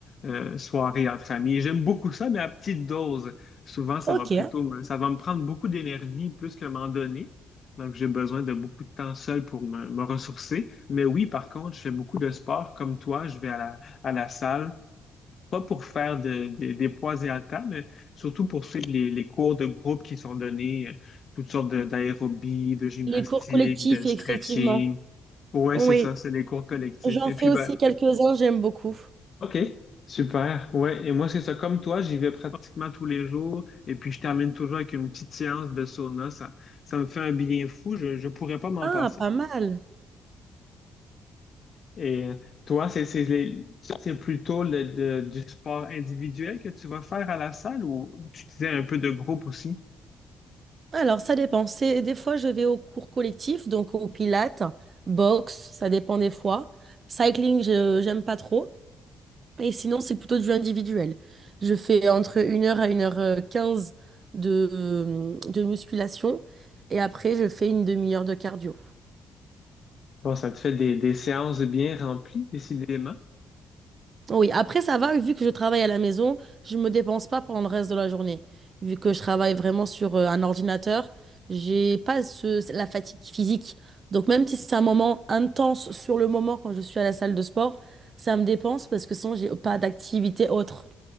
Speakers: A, on the left; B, on the right.
A: euh, soirée entre amis. J'aime beaucoup ça, mais à petite dose. Souvent, ça
B: Ok.
A: va plutôt me, ça va me prendre beaucoup d'énergie plus que m'en donner. Donc, j'ai besoin de beaucoup de temps seul pour me, me ressourcer. Mais oui, par contre, je fais beaucoup de sport comme toi. Je vais à la, à la salle. pas pour faire de- de- des poids et haltères, mais surtout pour suivre les, les cours de groupe qui sont donnés, euh, toutes sortes de- d'aérobie, de gymnastique,
B: Les cours collectifs,
A: de stretching.
B: effectivement.
A: Ouais,
B: oui.
A: c'est ça, c'est les cours collectifs.
B: J'en
A: Et
B: fais
A: puis,
B: aussi
A: ben,
B: quelques-uns, j'aime beaucoup.
A: OK, super. Ouais, et moi, c'est ça. Comme toi, j'y vais pratiquement tous les jours. Et puis, je termine toujours avec une petite séance de sauna. Ça, ça me fait un bien fou. Je ne pourrais pas m'en
B: Ah,
A: passer.
B: pas mal.
A: Et euh, toi, c'est c'est les- c'est plutôt le- de- du sport individuel que tu vas faire à la salle ou tu disais un peu de groupe aussi?
B: Alors, ça dépend. C'est, des fois, je vais aux cours collectifs, donc au pilates, boxe, ça dépend des fois. Cycling, je, j'aime pas trop. Et sinon, c'est plutôt du individuel. Je fais entre une heure à une heure euh, quinze de, de musculation. Et après, je fais une demi-heure de cardio.
A: Bon, ça te fait des, des séances bien remplies, décidément.
B: Oui, après ça va, vu que je travaille à la maison, je me dépense pas pendant le reste de la journée. Vu que je travaille vraiment sur euh, un ordinateur, j'ai pas ce- la fatigue physique. Donc même si c'est un moment intense sur le moment quand je suis à la salle de sport, ça me dépense parce que sinon j'ai pas d'activité autre.